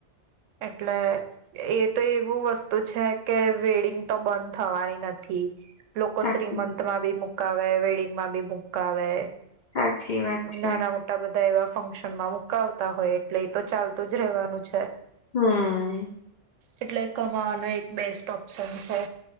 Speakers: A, on the right; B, on the left.
A: એટલે એ તો એવું વસ્તુ છે કે, વેડિંગ તો બંધ થવાની નથી. લોકો
B: સાચું.
A: શ્રીમંત માં બી મુકાવે, વેડિંગ માં બી મુકાવે
B: સાચી વાત છે.
A: ના ના મોટા બધા એવા ફંક્શન માં મુકાવતા હોય એટલે એ તો ચાલતું જ રેવાનું છે.
B: હમ્મ
A: એટલે કમાવાનો એક બેસ્ટ ઓપ્શન છે.